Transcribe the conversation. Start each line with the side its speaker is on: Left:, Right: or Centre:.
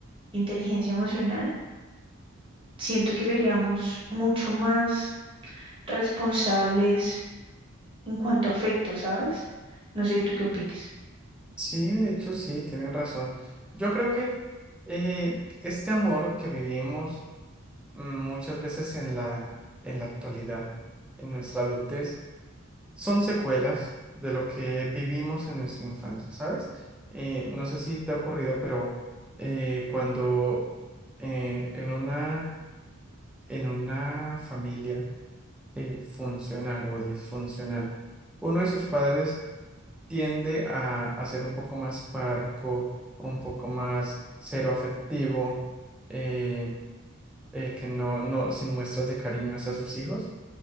Right: inteligencia emocional, siento que seríamos mucho más responsables en cuanto a afecto, ¿sabes? No sé, ¿tú qué opinas?
Centre: Sí, de hecho sí, tienes razón. Yo creo que eh, este amor que vivimos mm, muchas veces en la, en la actualidad, en nuestra adultez, son secuelas de lo que vivimos en nuestra infancia, ¿sabes? Eh, no sé si te ha ocurrido, pero eh, cuando eh, en una en una familia eh, funcional o disfuncional, uno de sus padres tiende a, a ser un poco más parco, un poco más cero afectivo, eh, eh, que no, no, sin muestras de cariño hacia sus hijos.